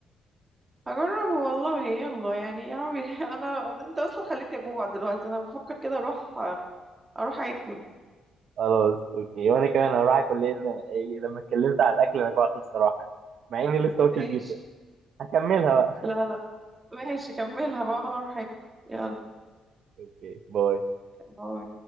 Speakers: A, on the right; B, on the right.
A: هجرب والله يلا يعني يا عمي <laughs> انا انت اصلا خليتني اجوع دلوقتي انا بفكر كده اروح اروح اكل
B: خلاص اوكي وانا كمان هروح اكل لان لما اتكلمت على الاكل انا جوعت بصراحه يعني مع اني لسه واكل
A: ماشي
B: بيتزا هكملها بقى
A: لا لا ماشي كملها بقى انا اروح اكل يلا
B: اوكي باي
A: باي